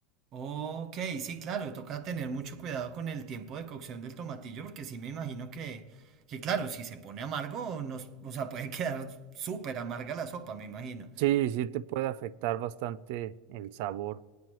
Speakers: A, on the right; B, on the right.
A: Ok, sí, claro, toca tener mucho cuidado con el tiempo de cocción del tomatillo porque sí me imagino que, que claro, si se pone amargo, nos, o sea, puede <laughs> quedar súper amarga la sopa, me imagino.
B: Sí, sí te puede afectar bastante el sabor.